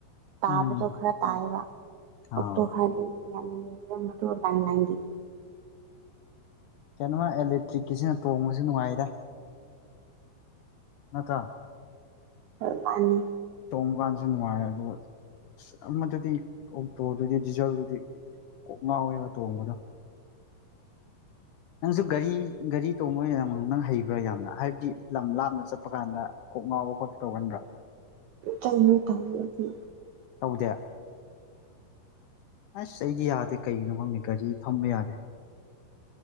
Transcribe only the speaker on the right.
ꯇꯥꯕꯗ
ꯈꯔ ꯇꯥꯏꯕ ꯑꯣꯛꯇꯣ
ꯈꯔꯗꯤ ꯌꯥꯝ ꯇ ꯑꯣꯏꯔ ꯂ ꯅꯗꯤꯦ
ꯍ ꯃꯥꯅꯤ
ꯆꯪꯅꯤ ꯇꯥꯪꯅꯤ ꯊ